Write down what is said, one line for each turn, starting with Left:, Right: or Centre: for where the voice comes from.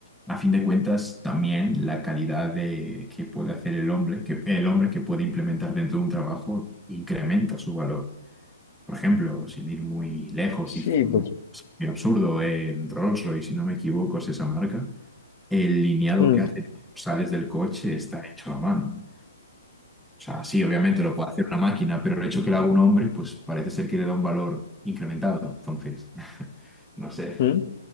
Centre: A fin de cuentas, también la calidad de que puede hacer el hombre, que el hombre que puede implementar dentro de un trabajo incrementa su valor. Por ejemplo, sin ir muy lejos
Left: Sí,
Centre: y con
Left: pero,
Centre: un ejemplo absurdo, en Rolls-Royce, si no me equivoco, es esa marca, el lineado
Left: mm,
Centre: que hace cuando sales del coche está hecho a mano. O sea, sí, obviamente lo puede hacer una máquina, pero el hecho que lo haga un hombre, pues parece ser que le da un valor incrementado. Entonces, <laughs> no sé.
Left: mm,